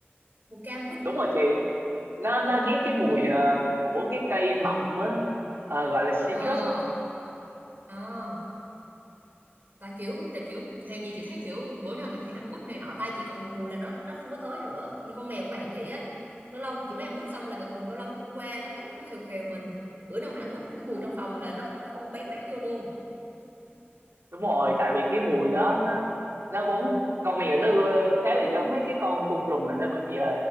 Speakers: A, on the right; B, on the right.
A: mùi cam quýt
B: đúng rồi chị nó nó ghét cái mùi
A: ừ
B: ờ, của cái cây mọng á Ờ, gọi là citrus
A: ờ
B: á
A: ờ tại kiểu tại kiểu hèn gì chị thấy kiểu bữa nào mà chị ăn quýt này nọ tay chị còn mùi mùi là nó nó không có tới nữa như con mèo của bạn chị á lâu lâu chị mới ăn quýt xong là bình thường lâu lâu nó cũng qua nó kiểu nó khều khều mình bữa nào mà ăn quýt cái mùi trong phòng là nó nó không bén mảng vô luôn
B: đúng rồi tại vì cái mùi đó nó nó vốn con mèo nó ờ, khá là giống mấy cái con côn trùng mà nó bị ờ,